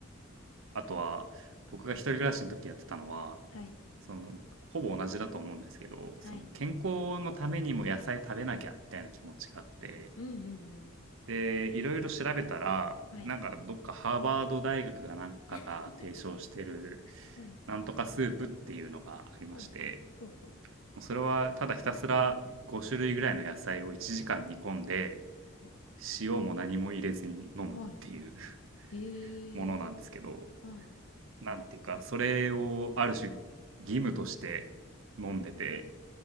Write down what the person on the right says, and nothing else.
あとは、僕が一人暮らしの時やってたのは、
その、ほぼ同じだと思うんですけど、
その、健康のためにも野菜食べなきゃ、みたいな気持ちがあって、
で、いろいろ調べたら、
なんか、どっかハーバード大学がなんかが提唱してる、
なんとかスープっていうのがありまして、
もうそれはただひたすら5種類ぐらいの野菜を1時間煮込んで
塩も何も入れずに飲むっていう
<laughs>
ものなんですけど
なんていうかそれをある種義務として飲んでて